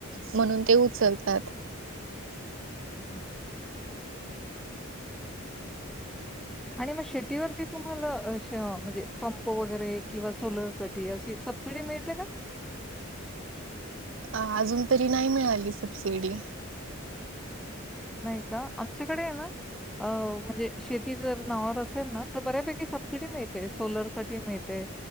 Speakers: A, on the right; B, in the centre.
A: म्हणून ते उचलतात.
B: ह हा. आणि मग शेतीवरती तुम्हाला म्हणजे पंप वगैरे किंवा सोलर साठी अ सबसीडी मिळते ना?
A: अ अजून तरी नाही मिळाली सबसिडी.
B: नाही का आमच्याकडे आहे ना, अ म्हणजे शेती जर नाववर असेल ना तर बऱ्यापैकी- सबसिडी मिळते सोलर- साठी मिळते,